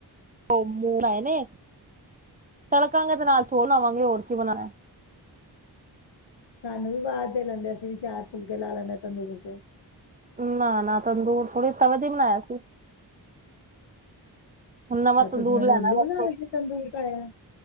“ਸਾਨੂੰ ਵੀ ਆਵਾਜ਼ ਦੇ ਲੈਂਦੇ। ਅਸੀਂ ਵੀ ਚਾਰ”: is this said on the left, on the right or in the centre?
Left